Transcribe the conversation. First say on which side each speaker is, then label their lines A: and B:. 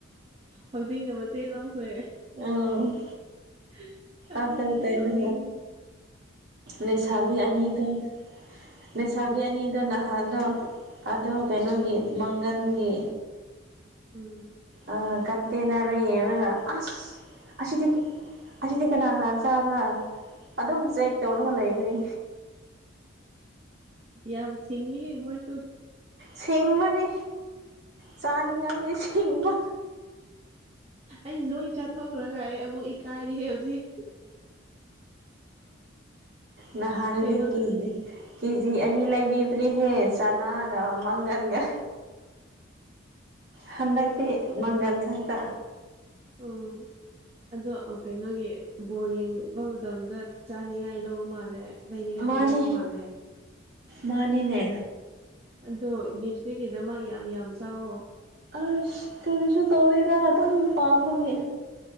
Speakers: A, on the right; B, on the right.
A: ꯍꯧꯖꯤꯛꯅ ꯃꯆꯦꯡ ꯍꯣꯏ
B: ꯎꯝ
A: <unintelligible>
B: ꯑꯗ ꯀꯩꯅꯣ ꯂꯩꯁꯥꯕꯤ ꯑꯅꯤꯗ ꯂꯩꯁꯥꯕꯤ
A: ꯎꯝ
B: ꯑꯅꯤꯗꯨꯅ ꯑꯗꯣ ꯑꯗꯣ ꯀꯩꯅꯣꯒꯤ
A: ꯎꯝ
B: ꯃꯪꯒꯟꯒꯤ
A: ꯎꯝ
B: ꯑꯥ ꯀꯟꯇꯦꯅꯔꯦ ꯃꯒ ꯑꯁ ꯑꯁꯤ ꯑꯁꯤ ꯀꯅꯥ ꯀꯅꯥ ꯆꯥꯕ꯭ꯔꯥ ꯑꯗꯨꯝ ꯆꯦꯛ ꯇꯧꯔꯒ ꯂꯩꯕꯅꯤ
A: ꯌꯝ ꯊꯤꯡꯉꯤ ꯍꯦ ꯃꯣꯏ ꯗꯣ
B: ꯁꯤꯡꯕꯅꯤ ꯆꯥꯅꯤꯡꯉꯥꯏꯒꯤ ꯁꯤꯡꯕ
A: ꯑꯩ ꯂꯣꯏ ꯆꯥꯊꯣꯛꯈ꯭ꯔꯒ ꯑꯩ ꯑꯃꯨꯛ ꯏꯀꯥꯏꯔꯦ ꯍꯧꯖꯤꯛ
B: ꯅꯍꯅꯒꯤ
A: ꯀꯩꯅꯣ
B: ꯀꯅꯦ ꯀꯦꯖꯤ ꯑꯅꯤ ꯂꯩꯕꯤꯕꯅꯤ ꯍꯦ ꯆꯅꯥꯒ ꯃꯪꯒꯟꯒ ꯍꯟꯗꯛꯇꯤ
A: ꯑꯗꯨ
B: ꯃꯪꯒꯟ ꯈꯛꯇ
A: ꯎꯝ ꯑꯗꯣ ꯀꯩꯅꯣꯒꯤ ꯕꯣꯜ ꯌꯦꯡꯕ ꯃꯇꯝꯗ ꯆꯥꯅꯤꯉꯥꯏ ꯂꯧꯕ ꯃꯥꯜꯂꯦ ꯂꯩꯅꯤꯡꯉ
B: ꯃꯥꯅꯤ
A: ꯂꯩꯕ ꯃꯥꯜꯂꯦ
B: ꯃꯥꯅꯤꯅꯦ
A: ꯑꯗꯣ ꯒꯦꯁꯇ꯭ꯔꯤꯛꯀꯤꯗꯃꯛ ꯌꯥꯝ ꯌꯥꯝ ꯆꯥꯎꯋ
B: ꯑꯁ ꯀꯔꯤꯁꯨ ꯇꯧꯗꯦꯗ ꯑꯗꯨꯝ ꯄꯥꯝꯕꯒꯦ